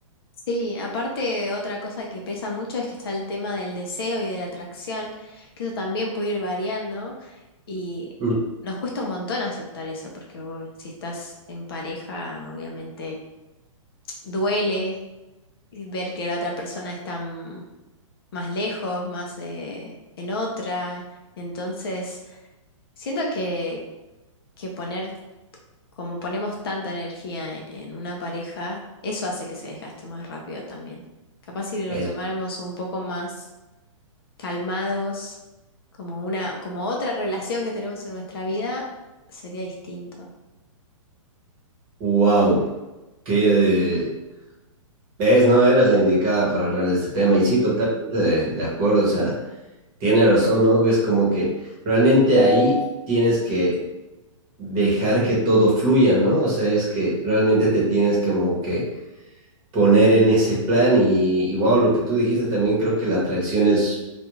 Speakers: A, on the left; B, on the right.
A: Sí, aparte otra cosa que pesa mucho es que está el tema del deseo y de la atracción, que eso también puede ir variando y
B: Mm,
A: nos cuesta un montón aceptar eso, porque uy, si estás en pareja, obviamente duele ver que la otra persona está mm, más lejos, más eh, en otra. Entonces, siento que, que poner como ponemos tanta energía en, en una pareja, eso hace que se desgaste más rápido también. Capaz si lo
B: Es,
A: tomáramos un poco más calmados, como una, como otra relación que tenemos en nuestra vida, sería distinto.
B: wow, que... ¿Ves? No eras la indicada para hablar de este tema y sí, totalmente de, de acuerdo. O sea, Tiene razón, ¿no? Es como que realmente ahí tienes que dejar que todo fluya, ¿no? O sea, es que realmente te tienes como que poner en ese plan y, y wow, lo que tú dijiste también creo que la atracción es,